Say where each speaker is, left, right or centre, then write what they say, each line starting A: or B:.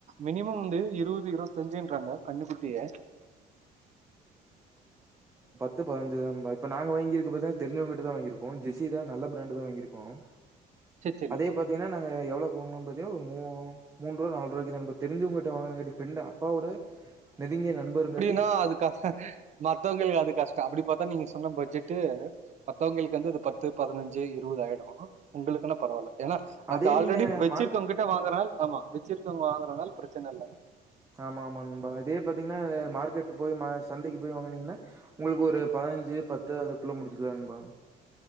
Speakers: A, on the right; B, on the right.
A: மினிமம் வந்து இருவது இருவத்தஞ்சுன்றாங்க கன்னுக்குட்டிய
B: பத்து பதினஞ்சு தானபாய் இப்ப நாங்க வாங்கிர்கப்பதா தெரிஞ்சவங்கிட்ட தான் வாங்கிருக்கோம் ஜெசி தான் நல்ல பிராண்டு தான் வாங்கிருக்கோம்
A: சரி சரி
B: அதே பாத்தீங்கன்னா நாங்க எவ்வளவுக்கு வாங்குனோம் பாத்தீங்கன்னா ஒரு மூ மூண்ரூவா நால் ரூவாக்கி தா நண்பா தெரிஞ்சவங்கிட்ட வாங்குணோங்காட்டி ஃப்ரெண்ட் அப்பாவோட நெருங்கிய நண்பருங்க
A: னா அது காக மத்தவங்களுக்கு அது கஷ்டம் அப்டி பாத்தா நீங்க சொன்ன பட்ஜெட்டு மத்தவங்களுக்கு வந்து அது பத்து பதினஞ்சு இரு இருவதாய்டும் உங்குளுக்குனா பரவால ஏன்னா
B: அதே
A: அது ஆல்ரெடி
B: நீங்க
A: வச்சிருக்கவுங்க
B: மார்க்
A: கிட்ட வாங்கனால் ஆமா வச்சிருக்கவுங்க வாங்கனால் ப்ரச்சன இல்ல
B: ஆமா ஆமா நண் பா இதே பாத்தீங்னா மார்க்கெட்டு போய் ம சந்தைக்கு போய் வாங்கினீங்னா உங்குளுக்கு ஒரு பதினஞ்சு பத்து அதுக்குள்ள முடிச்சுக்குலா நண்பா <inaudible>